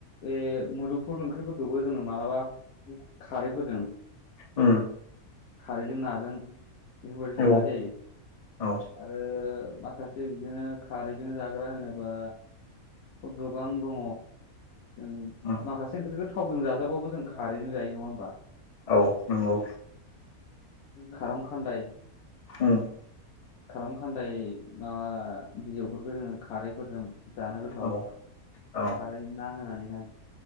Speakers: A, on the left; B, on the left.
A: बे मुदुमफुल ओंख्रिफोरखौबो जोङो मालाबा खारैफोरजों
B: ओम
A: खारैजों नाजों बेफोरबायदि संनाय
B: औ
A: जायो
B: औ
A: आरो माखासे बिदिनो खारैजों जाग्रा होनोबा गोबां दङ जों
B: उम
A: माखासे ओंख्रिखौ थावजों जाजाबाबो जों खारैजों जायो नङा होनबा
B: औ नंगौ
A: खारं खान्दाय
B: ओम
A: खारं खान्दाय माबा बिजौफोरखौ जोङो खारैफोरजों जानो गोथाव
B: औ
A: खारै
B: औ
A: ना होनानैहाय